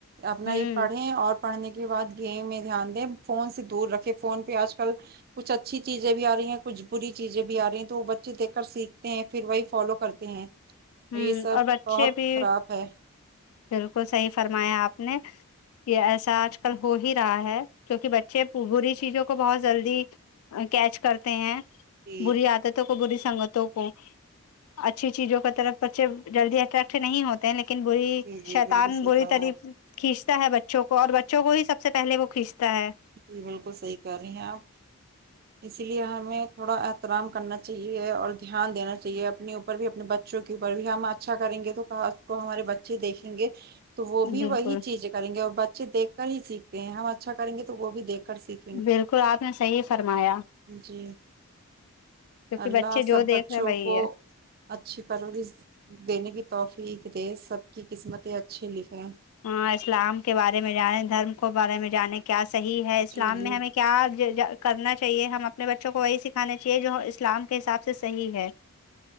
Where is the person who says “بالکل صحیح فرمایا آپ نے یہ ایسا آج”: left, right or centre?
Left